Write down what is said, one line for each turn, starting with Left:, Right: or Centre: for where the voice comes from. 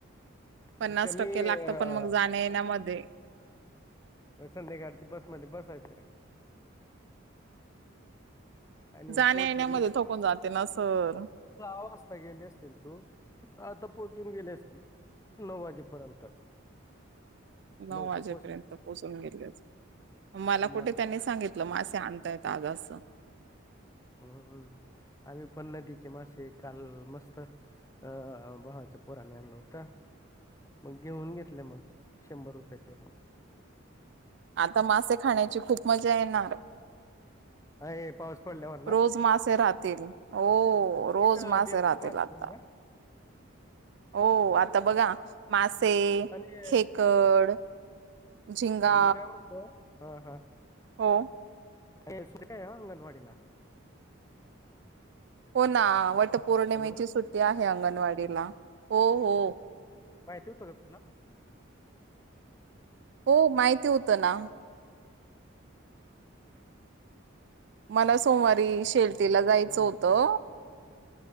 Right: पन्नास
Left: आता कमी
Right: टक्के लागत
Left: अ
Right: पण मग जाण्या येण्यामध्ये
Left: संध्याकाळची बसमध्ये बसायचं. आणि
Right: जाण्या
Left: पोचली,
Right: येण्यामध्ये थकून जाते ना सर
Left: सहा वाजता गेले असतील तू. आता पोहोचून गेले असते नऊ वाजेपर्यंत.
Right: नऊ
Left: लवकर
Right: वाजेपर्यंत
Left: पोहोचले
Right: पोहोचून गेले असते, मला कुठे
Left: मग काय
Right: त्यांनी सांगितलं मासे आण य आज अस.
Left: हम्म आम्ही पण नदीचे मासे काल मस्त अं भा पोरानी आणलं होतं. मग घेऊन घेतले मग शंभर रुपयाचे.
Right: आता मासे खाण्याची खूप मजा येणार?
Left: ए पाऊस पडल्यावर
Right: रोज
Left: ना?
Right: मासे राहतील हो रोज
Left: तिथं
Right: मासे
Left: डेमचे
Right: राहतील आता.
Left: घेऊन या
Right: हो आता बघा मासे,
Left: आणि
Right: खेकड झिंगा
Left: नाही मी काय म्हणतो, हा हा
Right: हो!
Left: अ सुट्टी आहे ना अंगणवाडीला?
Right: हो ना वट पौर्णिमेची
Left: हॅलो
Right: सुट्टी आहे अंगणवाडीला हो हो
Left: माहिती होतं का तुला
Right: हो माहिती होत ना मला सोमवारी शेलटीला
Left: मग
Right: जायचं
Left: तेच म्हणतो
Right: होतं